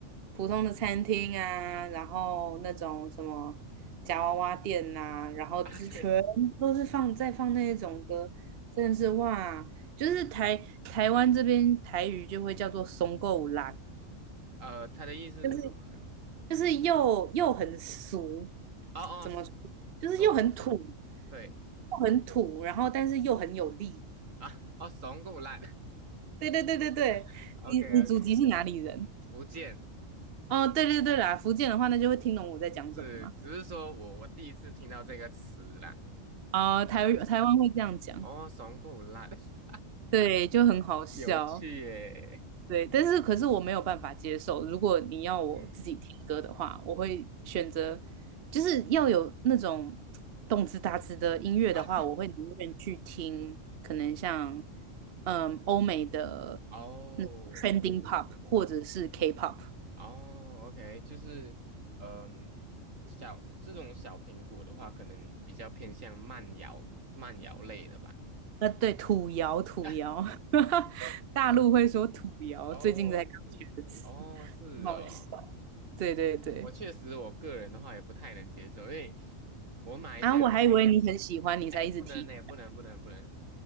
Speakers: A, on the right; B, on the right.
A: 普通的餐厅啊，然后那种什么夹娃娃店呐、然后之全部都是放在放那一种歌，
B: 啊对，
A: 真的是哇！就是台台湾这边台语就会叫做松够啦，
B: 呃，他的意思是什么呢？
A: 就是就是又又很俗，
B: 哦哦，
A: 怎么说？
B: 怂，
A: 就是又很土，又
B: 对
A: 很土，然后但是又很有力。
B: 啊，哦怂够烂
A: 对对对对对，
B: <laughs>，OK
A: 你你祖籍是哪里人？
B: OK，福建
A: 哦，对对对啦，福建的话，那就会听懂我在讲什么嘛。
B: 是，只是说我我第一次听到这个词啦，
A: 啊、台台湾会这样讲，
B: 啊、哦怂够烂，<laughs>
A: 对，就很好笑。
B: 有趣耶、
A: 对，但是可是我没有办法接受。如果你要我自己听歌的话，
B: 嗯
A: 我会选择，就是要有那种动次打次的音乐的话，
B: 啊
A: 我会宁愿去听，可能像嗯欧美的
B: <laughs> 哦
A: 那 trending pop 或者是 K-pop。
B: 哦，OK，就是，嗯、小这种小苹果的话，可能比较偏向慢摇慢摇类的吧。
A: 呃，对，土窑，土窑，
B: <laughs>
A: <laughs> 大陆会说土窑，
B: 对，哦，
A: 最近在刚学的词，
B: 是，哦，是哦，
A: 很好笑。对对对，
B: 我确实，我个人的话也不太能接受，因为我马来西亚人呢，
A: 啊，我还以为你很喜欢，你才一直提。
B: 哎，不能呢，不能，不能，不能，